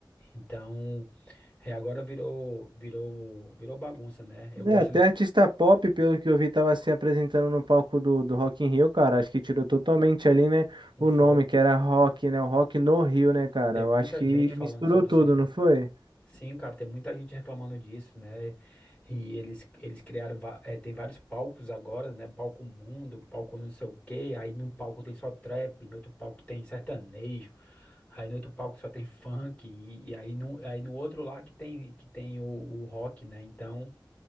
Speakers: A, on the left; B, on the right.
A: Então, é, agora virou, virou, virou bagunça, né? Eu gosto
B: É, até
A: ali,
B: artista pop, pelo que eu vi, tava se apresentando no palco do, do Rock in Rio, cara. Acho que tirou totalmente ali, né,
A: um
B: o
A: foco,
B: nome, que era rock, né? O rock no Rio, né, cara?
A: tem
B: Eu
A: muita
B: acho que
A: gente falando
B: misturou
A: sobre
B: tudo,
A: isso aí.
B: não foi?
A: Sim, cara, tem muita gente reclamando disso, né? E eles, eles criaram, va- eh, tem vários palcos agora, né? Palco Mundo, palco não sei o quê. Aí num palco tem só trap, no outro palco tem sertanejo, aí no outro palco só tem <laughs> funk, e, e aí, no, aí no outro lá que tem, que tem o, o rock, né? Então.